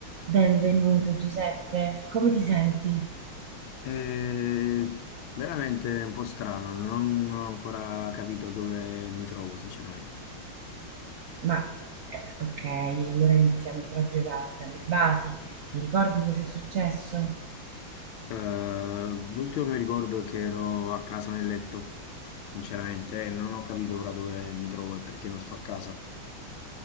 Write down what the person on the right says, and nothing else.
Benvenuto Giuseppe, come ti senti?
Ma eh, ok, allora iniziamo proprio da- dalle basi. Ti ricordi cosa è successo?